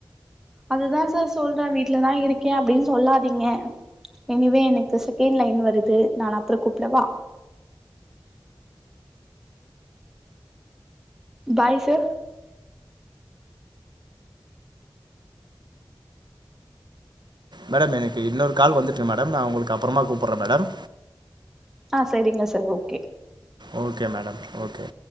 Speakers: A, in the centre; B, on the right.
A: அதுதான் சார் சொல்றே வீட்டுலதா இருக்கேன் அப்டின்னு சொல்லாதீங்க எனிவே எனக்கு செகண்ட் லைன் வருது நா அப்றம் கூப்டவா பாய்சு
B: மேடம் எனக்கு இன்னொரு கால் வந்துட்டுருக்கு மேடம் நான் உங்களுக்கு அப்றமா கூப்டுறேன் மேடம்
A: ஆ செரிங்க sir okay
B: okay madam okay